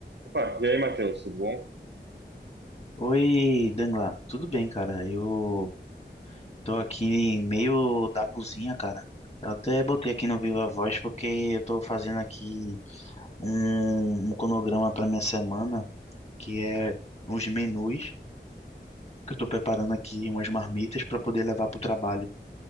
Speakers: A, on the right; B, on the left.
A: Opa, e aí, Matheus, tudo bom?
B: Oi, Dangla, tudo bem, cara? Eu tô aqui meio da cozinha, cara. Eu até botei aqui no Viva Voz porque eu tô fazendo aqui um, um cronograma para minha semana, que é uns menus que eu tô preparando aqui, umas marmitas para poder levar pro trabalho.